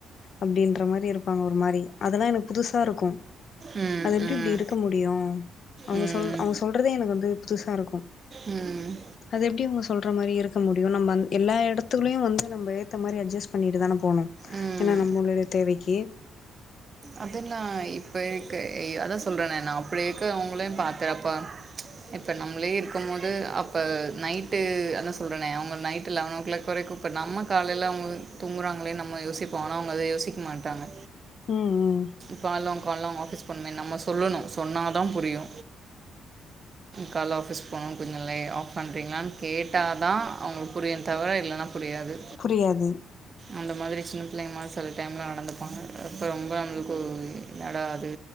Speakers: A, on the left (about 60°); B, on the right (about 40°).
A: அப்டின்ற மாரி இருப்பாங்க ஒரு மாரி அதெல்லா எனக் புதுசா இருக்கு
B: ம்
A: அது எப்டி இப்டி இருக் க முடியு அவங்க
B: ம்
A: சொல் அவங்க சொல்றதே எனக்கு வந்து புதுசா இருக்கு
B: ம்
A: அது எப்படி உங்க சொல்ற மாரி இருக்க முடியு நம்ம அந் எல்லா எடத்துலையு வந்து நம்ம ஏத்த மாரி அட்ஜஸ்ட் பண்ணிட்டு தானே போனோ
B: ம்
A: ஏன்னா நம்மளுடைய தேவைக்கி
B: அதுந்தா இப்ப இக்க அதா சொல்றேனே நா அப்படி இருக்க அவங்களையு பாத்தறேப்பா இப்ப நம்மளே இருக்கும்போது அப்ப நைட்டு அதா சொல்றேன்னே அவங்க நைட்டு லெவன் ஓ கிளாக் வரைக்கு இப்ப நம்ம காலையில அவ்ங்க தூங்கறாங்களேன் நம்ம யோசிப்போ ஆனா அவங்க அத யோசிக்க மாட்டாங்க
A: ம் ம்
B: பால்ல கால்ல ஆஃபீஸ் போண்ணுமேன் நம்ம சொல்லணு சொன்னாதா புரியு கால்ல ஆஃபீஸ் <unintelligible> ஆஃப் பண்றீங்களான் கேட்டா தா அவங்களுக் புரியு தவர இல்லன்னா புரியாது
A: புரியாது
B: அந்த மாதிரி சின்ன பிள்ளைங்க மாரி சில டைம்ல நடந்துப்பாங்க அப்ப ரொம்ப நம்மளுக் க்கு என்னடாது